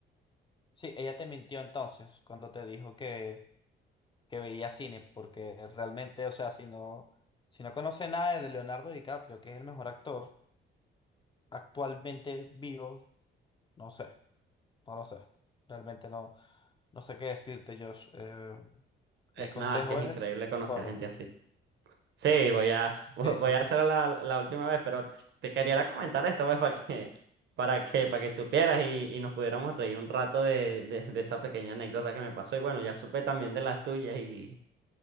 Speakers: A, on the left; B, on the right.
A: Sí, ella te mintió entonces cuando te dijo que, que veía cine, porque realmente, o sea, si no, si no conoce nada de Leonardo DiCaprio, que es el mejor actor actualmente vivo, no sé, no lo sé. Realmente no, no sé qué decirte, Josh. Eh,
B: Eh,
A: mi consejo
B: nada, es que es increíble
A: es,
B: conocer
A: corre.
B: a gente así. Sí, voy a, <laughs> vo-
A: Sí,
B: voy
A: sí.
B: a hacer la, la última vez, pero te quería era comentar eso, pues, para que, para que, para que supieras y, y nos pudiéramos reír un rato de, de, de esa pequeña anécdota que me pasó. Y bueno, ya supe también de las tuyas y,